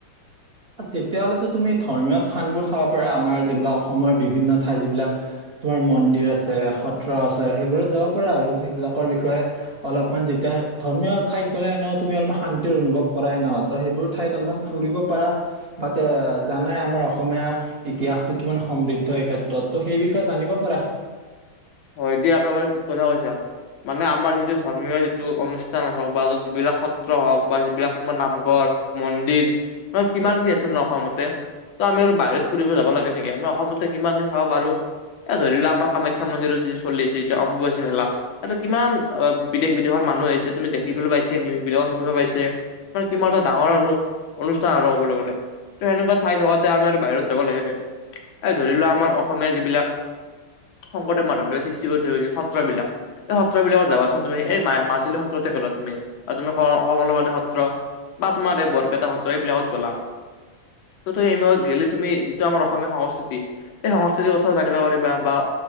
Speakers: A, on the right (about 75°); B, on the left (about 70°).
A: তেতিয়াহ'লেতো তুমি ধৰ্মীয় স্থানবোৰ চাব পাৰা আমাৰ যিবিলাক অসমৰ বিভিন্ন ঠাইত যিবিলাক তোমাৰ মন্দিৰ আছে সত্ৰ আছে সেইবোৰত যাব পাৰা আৰু সেইবিলাকৰ বিষয়ে অলপমান যেতিয়া ধৰ্মীয় ঠাইত গ'লেনে তুমি অলপমান শান্তিৰ অনুভৱ কৰাই নহ ত সেইবোৰ ঠাইত অলপমান ফুৰিব পাৰা বা জানাই আমাৰ অসমীয়া ইতিহাসটো কিমান সমৃদ্ধ এই ক্ষেত্ৰত ত' সেই বিষয়ে জানিব পাৰা
B: হয় দিয়া একেবাৰে ঠিক কথা কৈছা মানে আমাৰ যিটো ধৰ্মীয় যিটো অনুষ্ঠান হওক বা ত যিবিলাক সত্ৰ হওক বা যিবিলাক তোমাৰ নামঘৰ মন্দিৰ কিমান কি আছে ন অসমতে ত আমি আৰু বাহিৰত ফুৰিব যাব লাগে নেকি আমি অসমতে কিমান কি চাব পাৰো এ ধৰি লোৱা আমাৰ কামাখ্যা মন্দিৰত চলিছে এতিয়া অম্বুবাচী মেলা তা কিমান বিদেশ বিদেশৰ মানুহ আহিছে তুমি দেখিবলৈ পাইছে নিউজ বিলাকো শুনিব পাইছে ত কিমান এটা ডাঙৰ আৰু অনুষ্ঠান আৰু কবলৈ গলে ত সেনেকুৱা ঠাই থকাতে আমি আৰু বাহিৰত যাব লাগে নে ধৰি লোৱা আমাৰ অসমীয়া যিবিলাক শংকৰদেৱ মাধৱ সৃষ্টি কৰি থৈ গৈছে সত্ৰ বিলাক এই সত্ৰবিলাকত যাবাচোন তুমি এই মাজুলী সত্ৰতে গ'লা তুমি বা তুমি কমলাবাৰী সত্ৰ বা তোমাৰ এই বৰপেটা সত্ৰ এইবিলাকত গলা তু গলে তুমি যিটো আমাৰ অসমীয়া সংস্কৃতি সেই সংস্কৃতিৰ কথাও জানিব পাৰিবা বা